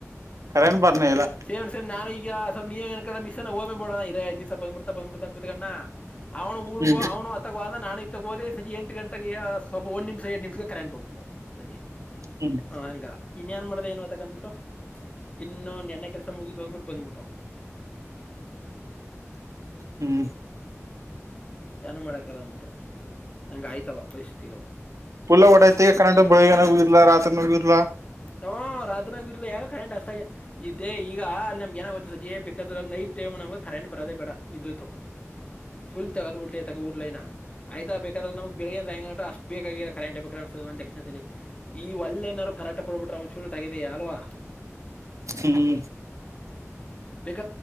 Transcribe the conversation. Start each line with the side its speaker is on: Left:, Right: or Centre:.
Right: ಕರೆಂಟ್ ಬರ್ನೇ ಇಲ್ಲ
Left: ಸೇವ ಸೇಮ ನಾನೀಗ ಸ ನೀನ್ ನ್ ಕಡೆಸ ಹೇ ಮಾಡೋ ಇ ಬಬಡ್ತ ಬಬಿತಾನ ಕ ಕುತ್ಕಣ್ಣ ಅವನು ಊರ್ಗೂ
Right: ಹ್ಮ್
Left: ಅವನು ಅತ್ತಗ ನಾನು ಇದ ತಗೋದೆಜೆ ಎಂಟ ಗಂಟೆಗೆ ಸ್ವಲ್ಪ ಒ ನಿಮಿಷ ಎರಡ್ ನಿಮಷಕ್ಕೆ ಕರೆಂಟ್ೋಗಬಿಟ್ಟು ಅದ
Right: ಹ್ಮ್
Left: ಹ ಹಂಗ ಇನ್ಏನ್ ಮಾಡ್ದ ಏನ್ವ ತ ಕಂದ್ಬಿಟ್ಟು ಇನ್ನೊನ್ನ ಕೆಲ್ಸ ಮುಗಿ ತೊಂದ್ಬಿಟ್ಟು ಬಂದ್ಬಟ
Right: ಹ್ಮ್
Left: ಏಾನೂ ಮಾಡಾಕಲ್ಲ ಅಂದಬಿಟ್ಟು ಹಂಗ ಆಯ್ತವ ಪರಿಸ್ಥಿತಿಗಳು
Right: ಲ್ಲ ಓಡೈತಿ ಈಗ ಕರೆ ಬೆಳಗ್ಗನಗೂ ಇರ್ ರಾತ್ರಿನಗೂ ಇರ್
Left: ಹ ರಾಜನಗೂರ್ಲ ಯಾಕ ಕರೆಂಟ್ ಅಷ್ಟ ಇದೇ ಈಗ ಅ ನಮ್ಗೆ ಏನಾಗತ್ತೆ ಸತಿ ಬೇಕಾದ್ರ ನೈಟ್ ಟೈಮ್ ನಮಗೆ ಕರೆಂಟ್ ಬರೋೇ ಬೇಡ ವಿದ್ಯುತ್ ಫುಲ್ ತಗದ್ ಬಿಡ್ಲಿ ತಗ ಊರ್ಲನ ಆಯ್ತಾ ಬೇಕಾದ್ರೆ ನಮ್ಗ್ ಬೆಳಿಗ್ ತಟ ಅಷ್ಟ ಬೇಕಾಗಿರ ಕರೆಂಟ್ ಬೇಕ ಅನ್ಸ ಒಂದದಲ್ಲಿ ಈ ಒಳ್ಳೆನಾದ್ರು ಕರಾಟ್ ಕೊಡ್ಬಿಟ್ರೆ ಒಂದ್ ಚೂರು ತಗಿದೀಯ ಅಲ್ವಾ
Right: ಹ್ಮ್
Left: ಬೇಕ